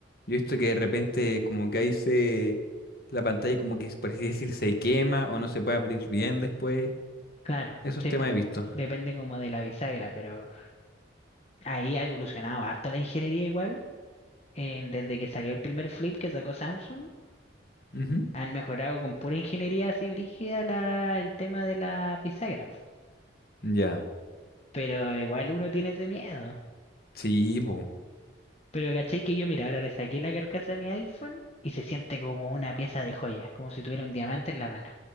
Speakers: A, on the left; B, on the left.
A: Yo he visto que de repente como que ahí se... La pantalla como que, por así decir, se quema o no se puede abrir bien después.
B: Claro,
A: Esos
B: sí,
A: temas
B: pues
A: he visto.
B: depende como de la bisagra, pero ahí ha evolucionado harto la ingeniería igual. en- desde que salió el primer flip que sacó Samsung,
A: Ujú.
B: han mejorado con pura ingeniería así brígida la, el tema de la bisagra. po.
A: Ya.
B: Pero igual uno tiene ese miedo.
A: Sí, po.
B: Pero caché que yo, mira, ahora le saqué la carcasa a mi iPhone y se siente como una pieza de joya, como si tuviera un diamante en la mano.